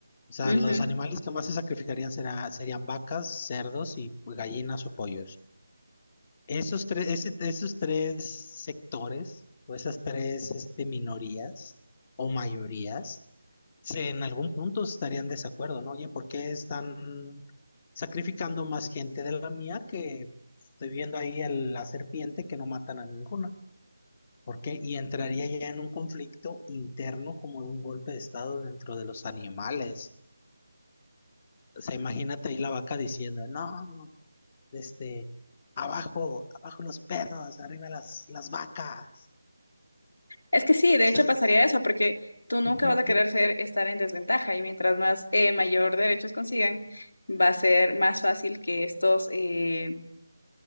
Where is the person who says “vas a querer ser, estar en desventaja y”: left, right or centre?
Left